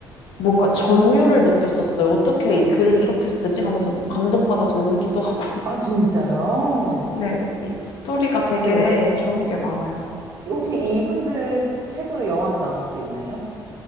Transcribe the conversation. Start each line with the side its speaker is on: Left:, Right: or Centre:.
Left: 뭔가 전율을 느꼈었어요. 어떻게 이 글을 이렇게 쓰지? 하면서 막 감동받아서 울기도 하고.
Right: 아, 진짜요?
Left: 네, 이- 스토리가 되게
Right: 네.
Left: 좋은 게 많아요.
Right: 혹시 이분들 책으로 영화도 나온 것도 있나요?